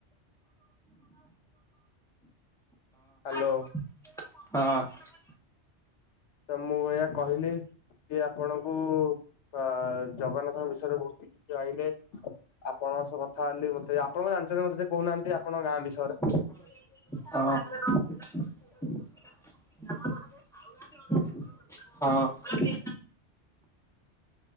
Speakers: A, on the left; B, in the centre.
A: ହ୍ୟାଲୋ।
B: <unintelligible> <unintelligible> ହଁ।
A: ତ ମୁଁ ଏଇଆ କହିଲି କି ଆପଣଙ୍କୁ ଅ ଜଗନ୍ନାଥଙ୍କ ବିଷୟରେ ବୋହୁତ କିଛି ଜାଣିଲେ ଆପଣଙ୍କ ସହ କଥା ହେ ମତେ ଆପଣ ଜାଣିଚନ୍ତି ମତେ ସେଏ କହୁନାହାନ୍ତି ଆପଣଙ୍କ ଗାଁ ବିଷୟରେ
B: <unintelligible> ହଁ।